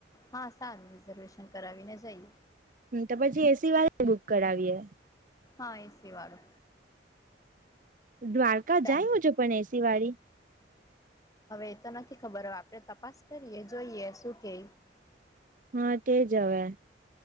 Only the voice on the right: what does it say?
હમ. તો પછી એસી વાળા બુક કરાવીએ.
દ્વારકા
જાય હ છો પણ એસી વાળી.?
હા, તેજ હવે